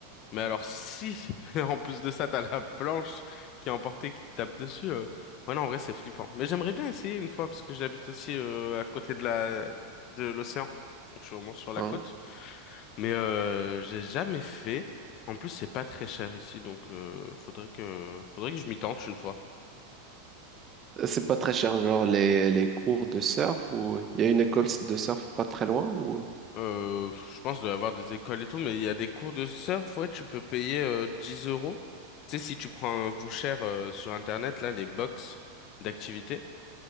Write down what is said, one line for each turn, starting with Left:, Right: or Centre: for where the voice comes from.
Left: Mais alors, si, <laughs> en plus de ça, t'as la planche qui est emportée, qui te tape dessus, euh... ouais, non, en vrai, c'est flippant. Mais j'aimerais bien essayer une fois, parce que j'habite aussi euh, à côté de la... de l'océan. Donc, je suis au moins sur la
Right: hein.
Left: côte. Mais euh, j'ai jamais fait. En plus, c'est pas très cher ici, donc euh, faudrait que faudrait que je m'y tente une fois.
Right: C'est pas très cher, genre les, les cours de surf ou il y a une école de surf pas très loin ou
Left: Euh, je pense qu'il doit y avoir des écoles et tout, mais il y a des cours de surf, ouais, tu peux payer euh, 10 euros. Tu sais, si tu prends un voucher euh, sur Internet, là, les box d'activités.